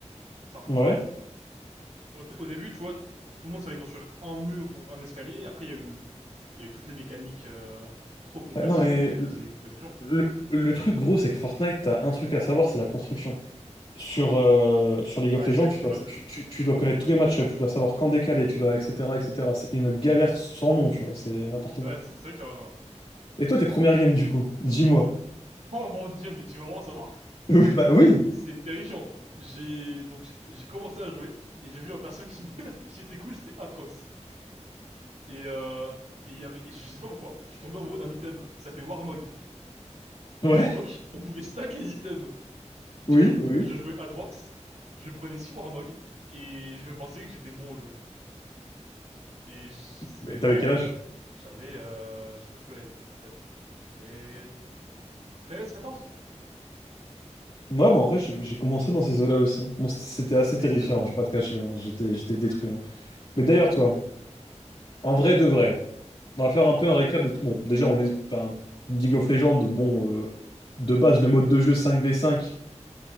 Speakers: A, on the right; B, on the left.
A: c'est un peu
B: Ouais.
A: pareil, je trouve. Au, dé- au début, tu vois, tout le monde savait construire un mur ou un escalier. Après, il y a eu, il y a eu toutes les mécaniques euh, trop complexes
B: Bah, non, mais
A: et qui
B: le,
A: faisaient give up les gens.
B: le- le truc gros, c'est que Fortnite, t'as un truc à savoir, c'est la construction. Sur, euh, sur League
A: Ouais,
B: of Legends,
A: c'est vrai que
B: tu
A: sur
B: dois,
A: LoL... le-
B: tu, tu- tu dois connaître tous les match tu dois savoir quand décaler, tu dois, etc., etc. C'est une galère sans nom, tu vois, c'est n'importe
A: Ouais,
B: quoi.
A: c'est c'est vrai que tu as raison. Ouais.
B: Et toi, tes premières games, du coup, dis-moi.
A: Oh mon Dieu, mais tu vas vraiment savoir.
B: <laughs> Oui, bah oui.
A: C'est terrifiant. J'ai donc j'ai commencé à jouer et j'ai vu un perso qui, <laughs> qui était cool, c'était Atrox. Et, euh, et il y avait, et je sais pas pourquoi, je suis tombé amoureux d'un item qui s'appelait Warmog. Et
B: Ouais,
A: à l'époque, on pouvait stack les items. Du
B: oui,
A: coup,
B: oui. oui.
A: je jouais Atrox, je prenais 6 Warmog, et je pensais que j'étais bon au jeu. Et j- c'était
B: Mais
A: marrant,
B: t'avais quel âge?
A: quoi. J'avais, euh, j'étais au collège, peut-être. J'avais treize quatorze
B: Ouais, bon, après, j'ai j'ai commencé dans ces eaux-là aussi. Bon, c'était c'était
A: Et c'était
B: assez terrifiant,
A: excellent.
B: hein, je vais pas te cacher, hein. J'étais, j'étais détruit. hein. Mais d'ailleurs, toi, en vrai de vrai, on va faire un peu un récap de tout. Bon, déjà, on est. Enfin, League of Legends, bon, euh, de base, le mode de jeu 5v5,